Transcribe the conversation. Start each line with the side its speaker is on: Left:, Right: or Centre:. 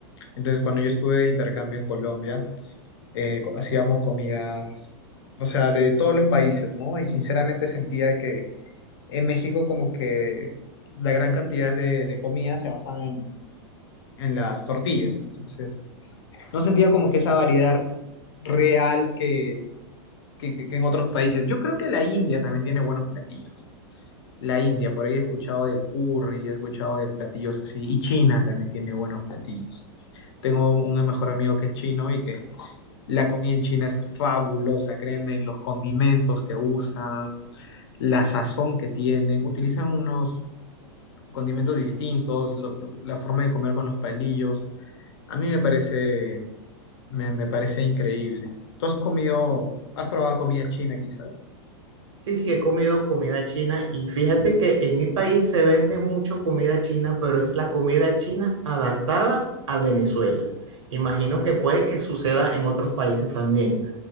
Left: Entonces, cuando yo estuve de intercambio en Colombia, eh, co- hacíamos comidas, o sea, de todos los países, ¿no? Y sinceramente sentía que en México como que la gran cantidad de, de comidas se basaban en, en las tortillas. Entonces, no sentía como que esa variedad real que, que, que- que en otros países. Yo creo que la India también tiene buenos platillos. La India, por ahí he escuchado del curry, he escuchado de platillos así, y China también tiene buenos platillos. Tengo un mejor amigo que es chino y que La comida en China es fabulosa, créeme, los condimentos que usan, la sazón que tienen, utilizan unos condimentos distintos, lo- lo- la forma de comer con los palillos. A mí me parece, me, me parece increíble. ¿Tú has comido, has probado comida china quizás?
Right: Sí, sí, he comido comida china y fíjate que en mi país se vende mucho comida china, pero es la comida china adaptada a Venezuela. Imagino que puede que suceda en otros países también.